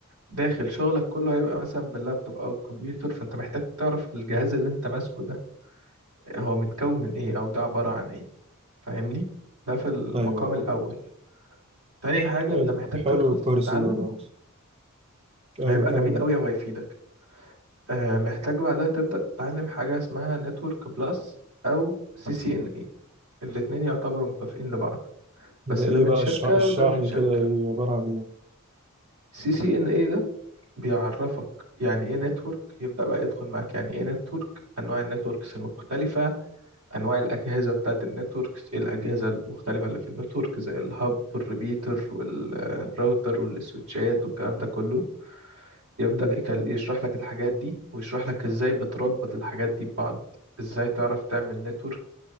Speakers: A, on the right (about 80°); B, on the right (about 25°).
A: داخل شغلك كله هيبقى مثلا باللابتوب او الكمبيوتر فانت محتاج تعرف الجهاز اللي انت ماسكه ده هو متكون من ايه او ده عبارة عن ايه فاهمني ده في المقام
B: أيوه
A: الاول تاني حاجة
B: حلو
A: انت محتاج
B: حلو
A: تدخل
B: الكورس
A: تتعلم
B: ده برضه أيوه
A: هيبقى
B: كمل
A: جميل قوي وهيفيدك آه محتاج بعدها تبدأ تتعلم حاجة اسمها نتورك بلس او سي سي ان اي الاتنين يعتبروا مكافئين لبعض
B: ده
A: بس
B: ايه
A: ده من
B: بقى
A: شركة
B: اشرح اشرح
A: وده من
B: لي
A: شركة
B: كده يعني عبارة عن ايه
A: سي سي ان اي ده بيعرفك يعني ايه نتورك يبدأ بقى يدخل معاك يعني ايه نتورك انواع النتوركس المختلفة انواع الاجهزة بتاعت النتوركس ايه الاجهزة المختلفة اللي في النتورك زي الهب والريبيتر والراوتر والسويتشات والكلام ده كله يبدأ
B: مم.
A: يكل- يشرح لك الحاجات دي ويشرح لك ازاي بتربط الحاجات دي ببعض ازاي تعرف تعمل نتورك